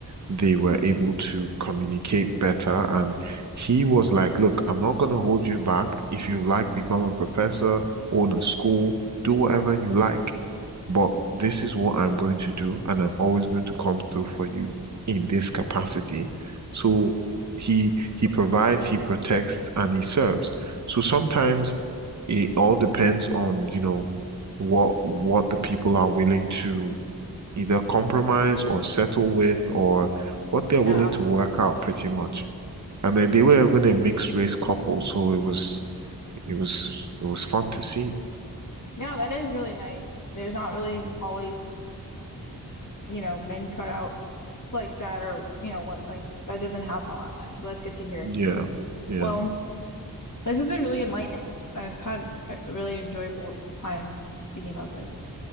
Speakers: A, on the right; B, on the left.
A: they were able to communicate better. And he was like, Look, I'm not going to hold you back. If you like, become a professor, own a school, do whatever you like. But this is what I'm going to do, and I'm always going to come through for you in this capacity. So he he provides, he protects, and he serves. So sometimes it all depends on, you know, what what the people are willing to either compromise or settle with or what they're
B: Yeah.
A: willing to work out pretty much. And then they were even a mixed race couple, so it was it was it was fun to see.
B: Yeah, that is really nice. There's not really
A: Yeah.
B: always, you know, men cut out like that or, you know, women like that doesn't happen a lot of times. So that's good to hear.
A: Yeah, yeah,
B: Well, this has been really enlightening. I've had a really enjoyable time speaking about this.